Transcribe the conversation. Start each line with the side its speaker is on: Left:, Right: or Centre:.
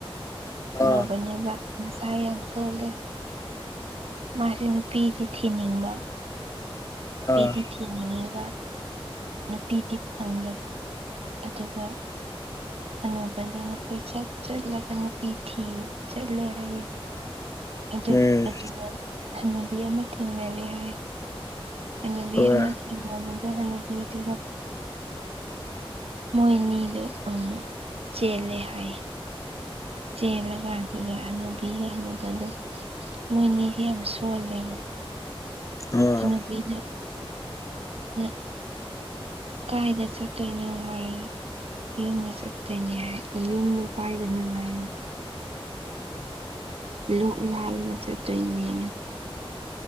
Right: ꯍꯥꯅꯨꯕꯅꯤꯕ
Left: ꯑꯥ
Right: ꯃꯁꯥ ꯌꯥꯝ ꯁꯣꯂꯦ ꯃꯥꯁꯦ ꯅꯨꯄꯤꯗꯤ ꯊꯤꯅꯤꯡꯕ ꯅꯨꯄꯤꯗꯤ
Left: ꯑꯥ
Right: ꯊꯤꯅꯤꯡꯉꯤꯕ ꯅꯨꯄꯤꯗꯤ ꯐꯪꯗꯕ ꯑꯗꯨꯒ꯫ ꯑꯅꯧꯕꯅ ꯅꯈꯣꯏ ꯆꯠ ꯆꯠꯂꯒ ꯅꯨꯄꯤ ꯊꯤꯕ ꯆꯠꯂꯦ ꯍꯥꯏꯌꯦ ꯑꯗꯨꯅ
Left: ꯎꯝ
Right: ꯑꯗꯨꯅꯦ ꯍꯅꯨꯕꯤ ꯑꯃ ꯊꯦꯡꯅꯔꯦ ꯍꯥꯏ꯫ ꯑꯅꯨꯕꯤ
Left: ꯍꯣꯏ
Right: ꯑꯃ ꯊꯦꯡꯅꯕꯗꯣ ꯍꯅꯨꯕꯤꯗꯨꯒ ꯃꯣꯏꯅꯤꯗꯨ ꯎꯝ ꯆꯦꯜꯂꯦ ꯍꯥꯏꯌꯦ ꯆꯦꯜꯂꯀꯥꯟꯒ ꯑꯅꯨꯕꯤ ꯗꯨꯒ ꯍꯅꯨꯕ ꯗꯨꯒ ꯃꯣꯏꯅꯤꯁꯦ ꯌꯥꯝ ꯁꯣꯜꯂꯦꯕ
Left: ꯑꯥ
Right: ꯑꯩꯅꯕ <inaudible> ꯀꯥꯏꯗ ꯆꯠꯇꯣꯏꯅꯣ ꯍꯥꯏꯔ ꯌꯨꯝꯗ ꯆꯠꯇꯣꯏꯅꯦ ꯍꯥꯏ ꯌꯨꯝꯗꯣ ꯀꯥꯏꯗꯅꯣ ꯍꯥꯢꯔ ꯂꯣꯛꯅꯤ ꯍꯥ <inaudible> ꯏꯌꯦ ꯆꯠꯇꯣꯢꯅꯦ